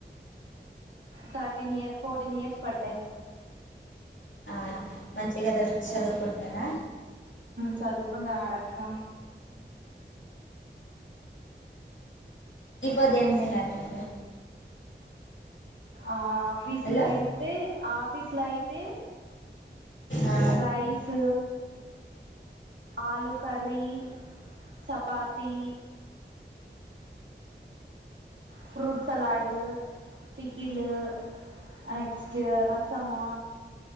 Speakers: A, on the right; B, on the left.
A: థర్టీన్ ఇయర్ ఫోర్టీన్ ఇయర్స్ పడ్డయి
B: ఆ మంచిగా అతను చదువుకుంటాడా
A: చదుకుంట ఆడక్క
B: ఇ పొద్దు ఏం తిన్నారు మీరు
A: ఆ ఆఫీస్లో
B: హలో
A: అయితే ఆఫీస్లో అయితే
B: ఆ
A: rice aloo curry chapati fruit salad pickle ఆ నెక్స్ట్ రసమో